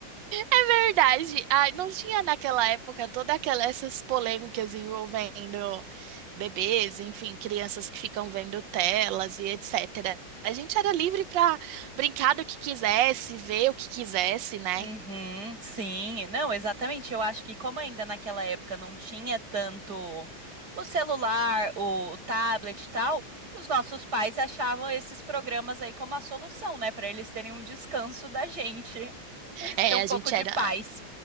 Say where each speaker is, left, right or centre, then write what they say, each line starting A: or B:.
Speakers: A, on the right; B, on the right.
A: É verdade. Ai, não tinha naquela época toda aquela essas polêmicas envolvendo bebês, enfim, crianças que ficam vendo telas e etc. A gente era livre para brincar do que quisesse, ver o que quisesse, né?
B: Uhum, sim, não, exatamente. Eu acho que como ainda naquela época não tinha tanto o celular, o tablet e tal, os nossos pais achavam esses programas aí como a solução, né, para eles terem um descanso da gente, <laughs>
A: É,
B: ter um
A: a
B: pouco
A: gente
B: de
A: era.
B: paz.